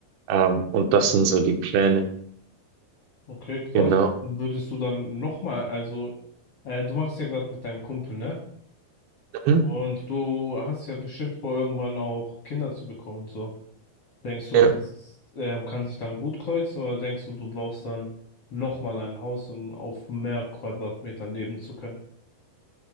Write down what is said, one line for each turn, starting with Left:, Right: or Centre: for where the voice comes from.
Right: Ähm, und das sind so die Pläne.
Left: Okay, krass.
Right: Genau.
Left: Würdest du dann nochmal, also, äh, du machst ja gerade mit deinem Kumpel, ne?
Right: Mhm.
Left: Und du hast ja bestimmt vor, irgendwann auch Kinder zu bekommen und so. Denkst du,
Right: Ja.
Left: das, ähm, kann sich dann gut kreuzen oder denkst du, du brauchst dann nochmal ein Haus, um auf mehr Quadratmetern leben zu können?